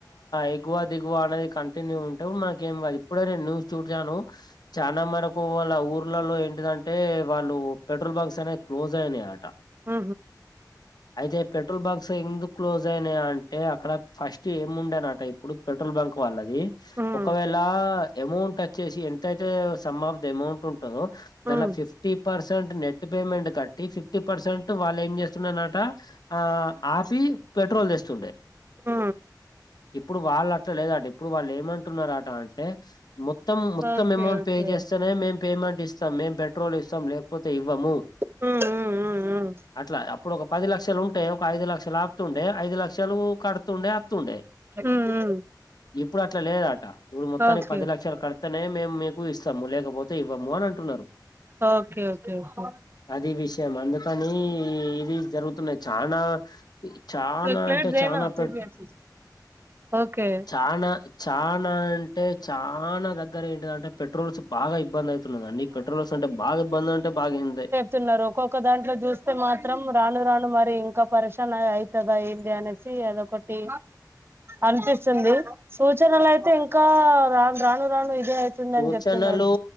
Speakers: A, on the left; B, on the right.
A: ఎగువ దిగువ అనేది కంటిన్యూ ఉంటే నాకేం కాదు ఇప్పుడే నేను న్యూస్ చూడచాను చాలా మరకు వాళ్ళ ఊర్లలో ఏంటిదంటే వాళ్ళు పెట్రోల్ బంక్స్ అనే క్లోజ్ సేనే ఆట
B: ఆ
A: ఇదే పెట్టు ట్రో బాక్స్ ఎందు క్లోజ్ అయినాయా అంటే అంటే అక్కడ ఫస్ట్ ఏం ఉండేనట ఇప్పుడు పెట్రోల్ బంక్ వాళ్ళది
B: ఉమ్
A: ఒకవేళ అమౌంట్ వచ్చేసి ఎంతయితే సమాప్ ది అమౌంట్ ఉంటు దాన్
B: ఉమ్
A: లోఫిఫ్టీ పర్స సట్ క net payment cut fifty percent వాళ్ళు ఏం చేస్తున్నన్నట ఆ ఆపి పెట్రోల్ తెస్తుండే
B: ఆ
A: ఇప్పుడు వాళ్ళు అట్లా లేదట ఇప్పుడు వాళ్ళు ఏమంటున్నారుట అంటే మొత్తం మొత్తం
B: ఓకే
A: అమౌంట్
B: ఓకే
A: పే చేస్తేనే మేం పేమెంట్ ఇస్తా స మేం పెట్రోల్ ఇస్తాం లేకపోతే ఇవ్వము
B: ఉమ్ ఉమ్ ఉమ్ ఉమ్
A: అట్లా అప్పుడు ఒక పది లక్షలు ఉంటే ఒక ఐదు లక్షలు ఆపుతుండే ఐదు లక్షలు కడుతుండే అత్తుండే
B: ఉమ్ ఉమ్
A: ఇప్ ఇప్పుడు అట్లా లేదట ఇప్పుడు మొత్తానికి
B: ఓకే
A: పది లక్షలు కడిత్ ఇతనే మేము మీకు ఇస్తాము లేకపోతే ఇవ్వము అని అంటున్నారు
B: ఓకే ఓకే ఓకే
A: అది విషయం అందుకని ఇది జరుగుతున్నాయి చానా చానా
B: ఏక్ ప్లేట్
A: అంటే
B: దేనా
A: చానా
B: తూ
A: పెట్
B: భీ ఐసే ఓకే
A: చానా చానా అంటే చానా దగ్గర ఏంటిదంటే పెట్రోల్స్ బాగా ఇబ్బంది అయితున్నదండి పెట్రోల్స్ అంటే బారత్ బంద్ అంటే బాయింగుతాయి
B: తున్నారు ఒక్కొక్క దాంట్లో చూస్తే మాత్రం రాను రాను మరి ఇంకా పరేషాన్ శాన్ అయితదా ఎందే అనేది చేయ్ అదోకటి అనిపిస్తుంది శూచనలయితే కా రాను రాను రాను ఇప్ ఇదే అయితుందని
A: సూచనలు
B: చెప్తున్నారు